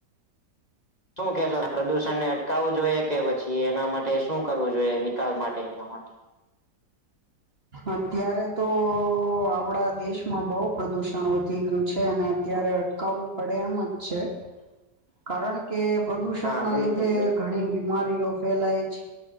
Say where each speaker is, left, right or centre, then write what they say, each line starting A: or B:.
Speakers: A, on the left (about 20°); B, on the right (about 35°).
A: શું કેશો પ્રદૂષણને અટકાવું જોઈએ કે પછી, એના માટે શું કરવું જોઈએ નિકાલ માટે એના માટે?
B: અત્યારે તો આપડા દેશમાં બો પ્રદુષણ વધી ગયું છે અને અત્યારે કવું પડે એમ જ છે. કારણ કે પ્રદુષણ
A: હા
B: ના
A: બિલકુલ
B: લીધે
A: બિલકુલ
B: ઘણી બીમારીઓ ફેલાય છે,